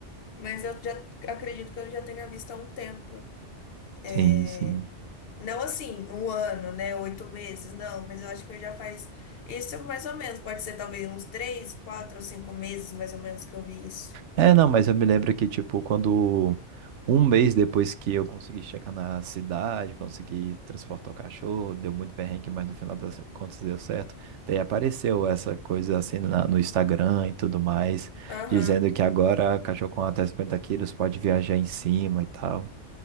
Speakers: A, on the left; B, on the right.
A: mas eu já acredito que eu já tenha visto há um tempo. É,
B: Sim, sim.
A: não assim, um ano, né? Oito meses, não, mas eu acho que eu já faz isso mais ou menos. Pode ser talvez uns três, quatro ou cinco meses, mais ou menos, que eu vi isso.
B: É, não, mas eu me lembro que, tipo, quando um mês depois que eu consegui chegar na cidade, consegui transportar o cachorro, deu muito perrengue, mas no final das contas deu certo. Daí apareceu essa coisa assim na- no Instagram e tudo mais,
A: Aham,
B: dizendo que agora cachorro com até 50 quilos pode viajar em cima e tal.